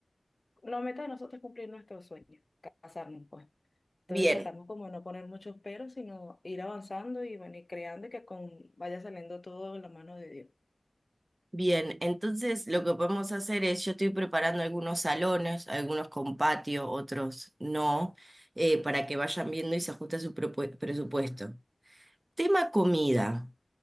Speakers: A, on the left (about 45°); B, on the right (about 45°).
A: la meta de nosotros es cumplir nuestros sueños, casarnos pues. Entonces
B: Bien,
A: tratamos como de no poner muchos peros, sino ir avanzando y bueno, y creando y que con, vaya saliendo todo en la mano de Dios.
B: Bien, entonces lo que podemos hacer es, yo estoy preparando algunos salones, algunos con patio, otros no, eh, para que vayan viendo y se ajuste a su propue- presupuesto. Tema comida.